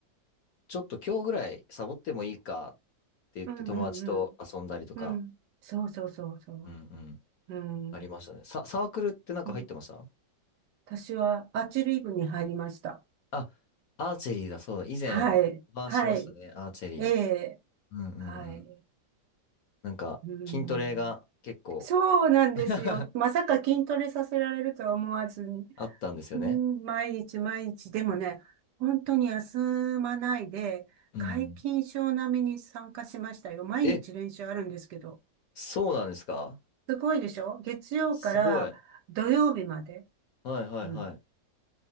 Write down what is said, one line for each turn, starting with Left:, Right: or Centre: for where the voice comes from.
Left: ちょっと今日ぐらいサボってもいいかって言って友達と遊んだりとか、
Right: う。うんうんうん。うん。そうそうそうそう。
Left: うんうん、
Right: うん。
Left: ありましたね。サ、サークルってなんか入ってました
Right: うん私はアーチェリー部に入りました。
Left: あ、アーチェリーだ、そうだ。以前、
Right: はい。
Left: お話ししましたね、
Right: はい。
Left: アーチェリー。
Right: ええ。
Left: うんうんうん。
Right: はい。
Left: なんか、
Right: うん。
Left: 筋トレが結構
Right: そうなんですよ。
Left: <laughs>
Right: まさか筋トレさせられるとは思わずに。
Left: あったんですよね。
Right: うん、毎日毎日。でもね、本当に休まないで、
Left: うん。
Right: 皆勤賞並みに参加しましたよ。毎日練習あるんですけど。
Left: え、そうなんですか
Right: すごいでしょ月曜から土曜日まで。
Left: すごい。はいはいはい。
Right: うん。